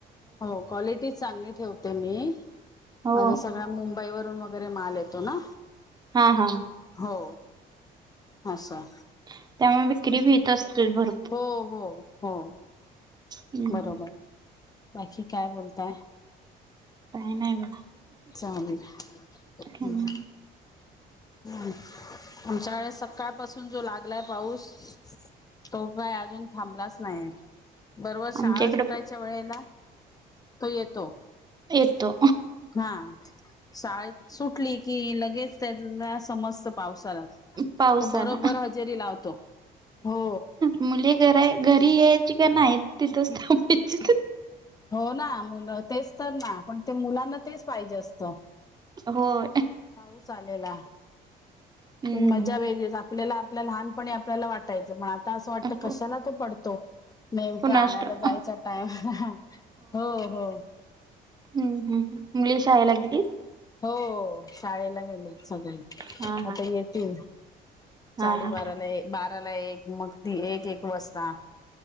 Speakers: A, on the left; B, on the right.
A: हो क्वालिटी चांगली ठेव ते मी,
B: हो
A: माझा सगळा मुंबई वरून वगैरे माल येतो ना.
B: हा हा
A: हो असं.
B: त्यामुळ विक्री भीत असतील भर
A: हो हो हो
B: हम्म
A: बरोबर, बाकी काय बोलताय?
B: काय नाही बा.
A: चालेल हू!
B: हम्म
A: हू आमच्याकडे सकाळ पाासून, जो लागलाय पाऊस. तो काय अजून थांबलाच नाहीय. बरबर शाळा
B: आमच्या इकडे
A: सुटायच्या वेळेला तो येतो.
B: येतो.
A: हा शाळेत सुटली की लगेच त्याला समजतं पाव सालाच
B: पावसाला
A: तो बरोबर हजेरी लावतो हो.
B: मुले घरा घरी यायची का नाही तिथंच थांबायची.
A: हो ना मुलं तेच तर ना पण ते मुलांना तेच पाहिजे असतं.
B: होय!
A: पाऊस आलेला,
B: हम्म
A: ती मज्जा वेगळीच आपल्याला आपल्या लहानपणी आप ल्याला वाटायचं, म आता अस वाटतं
B: हो
A: कशाला तो पडतो. नेमक
B: कुणास
A: आणायला
B: ठाऊक
A: जायच्या टाइमला, हो हो!
B: हू हू मुले शाळेला गेलीत?
A: हो शाळेला गेलेत सगळे
B: हा हा
A: आता येतील.
B: हा
A: साडेबारा
B: हा
A: ला ए, बाराला एक मग ती एक, एक वाजता.